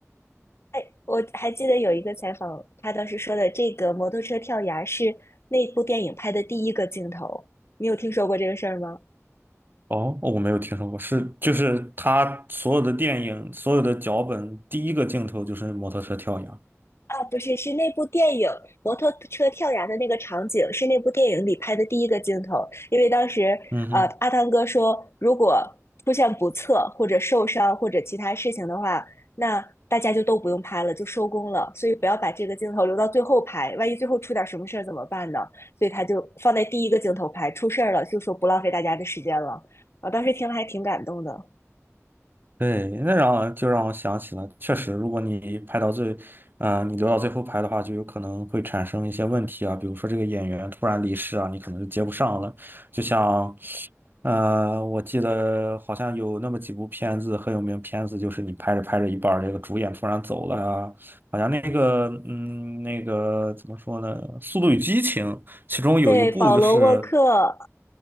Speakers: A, on the left (about 55°); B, on the right (about 40°).
A: 哎，我还记得有一个采访，他当时说的这个摩托车跳崖是那部电影拍的第一个镜头，你有听说过这个事儿吗？
B: 哦，我没有听说过，是就是他所有的电影、所有的脚本，第一个镜头就是摩托车跳崖。
A: 啊，不是，是那部电影摩托车跳崖的那个场景，是那部电影里拍的第一个镜头。因为当时，
B: 嗯哼。
A: 呃，阿汤哥说，如果出现不测或者受伤或者其他事情的话，那大家就都不用拍了，就收工了。所以不要把这个镜头留到最后拍，万一最后出点什么事儿怎么办呢？所以他就放在第一个镜头拍，出事儿了就说不浪费大家的时间了。我当时听了还挺感动的。
B: 对，那让就让我想起了，确实，如果你拍到最，呃，你留到最后拍的话，就有可能会产生一些问题啊，比如说这个演员突然离世啊，你可能就接不上了。就像，呃，我记得好像有那么几部片子很有名，片子就是你拍着拍着一半儿，这个主演突然走了啊，好像那个，嗯，那个怎么说呢，《速度与激情》其中有一部就是。
A: 对，保罗·沃克，